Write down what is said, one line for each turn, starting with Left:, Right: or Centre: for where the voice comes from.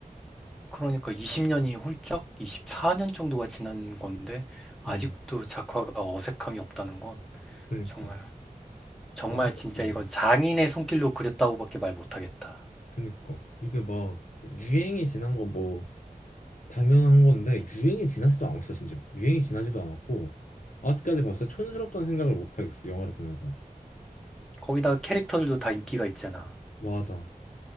Centre: 그러니까 20년이 훌쩍 24년 정도가 지난 건데 아직도
Left: 음.
Centre: 작화가 어색함이 없다는 건
Left: 그니까
Centre: 정말 정말
Left: 아직지뭐
Centre: 진짜 이건 장인의 손길로 그렸다고밖에 말 못하겠다.
Left: 그니까 이게 막 유행이 지난 건 뭐 당연한 건데 유행이 지나지도 않았어 심지어 유행이 지나지도 않았고 아직까지 봤을 때 촌스럽다는 생각을 못 하겠어 영화를 보면서
Centre: 거기다가 캐릭터들도 다 인기가 있잖아.
Left: 맞아